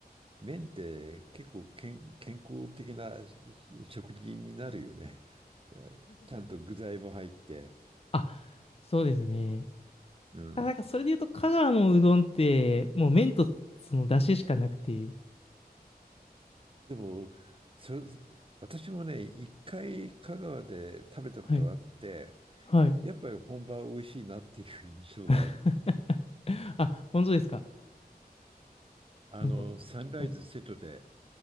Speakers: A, on the right; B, on the left.
A: 麺って結構健、健康的なし食事になるよね。えーちゃんと具材も入って。
B: あ、そうですね。
A: うん。
B: あ、なんかそれで言うと、香川のうどんって、もう麺とその出汁しかなくて、
A: でも、そ、私もね、一回香川で食べたことがあって、
B: はい。はい。
A: やっぱり本場は美味しいなっていう印象がある。
B: <laughs> あ、本当ですか。
A: あの、
B: なんか、は
A: サンライズ瀬戸で
B: い